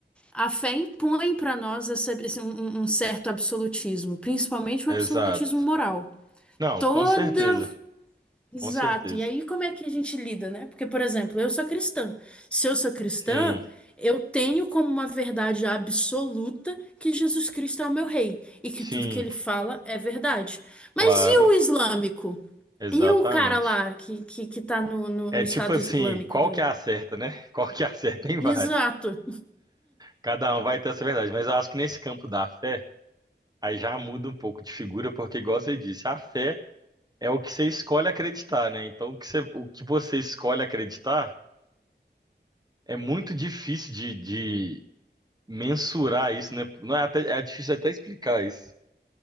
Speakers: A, in the centre; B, on the right.
A: a fé impõe para nós essa- esse- um um um certo absolutismo, principalmente o
B: Exato.
A: absolutismo moral.
B: Não,
A: Toda
B: com certeza,
A: Exato.
B: com certeza.
A: E aí, como é que a gente lida, né? Porque, por exemplo, eu sou cristã. Se eu sou cristã,
B: Sim,
A: eu tenho como uma verdade absoluta que Jesus Cristo é o meu rei e que
B: sim,
A: tudo que ele fala é verdade.
B: claro,
A: Mas e o islâmico?
B: exatamente.
A: E o cara lá que, que, que tá no, no,
B: É
A: no Estado
B: tipo assim,
A: Islâmico?
B: qual
A: da
B: que é a certa, né? <laughs> Qual que é a certa tem
A: Exato.
B: várias. Cada um vai ter essa verdade, mas eu acho que nesse campo da fé, aí já muda um pouco de figura, porque igual você disse, a fé é o que você escolhe acreditar, né? Então o que você, o que você escolhe acreditar é muito difícil de, de mensurar isso, né? Não é até, é difícil até explicar isso.